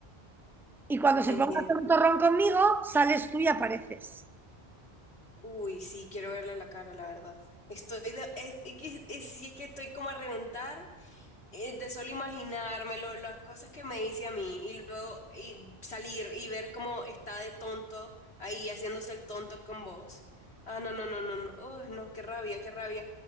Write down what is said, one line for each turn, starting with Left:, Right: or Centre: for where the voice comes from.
Centre: Y cuando se
Left: entiendo.
Centre: ponga a hacer un torrón conmigo, sales tú y apareces.
Left: Uy, sí, quiero verle la cara, la verdad. Estoy de, es, es que- es- si es que estoy como a reventar eh, de solo imaginármelo, las cosas que me hice a mí y luego y salir y ver cómo está de tonto ahí haciéndose el tonto con vos. Ah, no, no, no, no, no, Uy, no, qué rabia, qué rabia.